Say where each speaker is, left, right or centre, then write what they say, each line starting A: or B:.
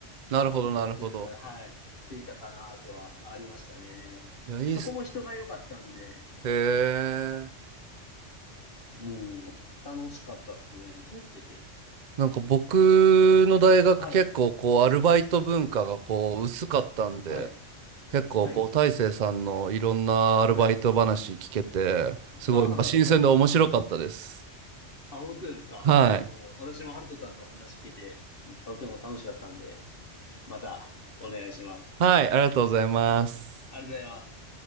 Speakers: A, on the right; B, on the left.
A: なるほどなるほど。
B: 金額は、はい、ついたかなとはありましたね。
A: いや、いいっす。
B: で、そこも人が良かったんで、
A: へえ。
B: もう楽しかったですね。やってて。
A: なんか僕の大学結構こうアルバイト文化がこう薄かったんで、
B: はい、はい、
A: 結構こう大成さんのいろんなアルバイト話聞けて、
B: はい、はい。
A: すごいなんか新鮮で面白かったです。
B: あ、はい。あ、本当ですか。
A: はい。
B: いや、もう私もハルトさんのお話聞けて、とても楽しかったんで、またお願いします。
A: はい、ありがとうございます。
B: ありがとうございます。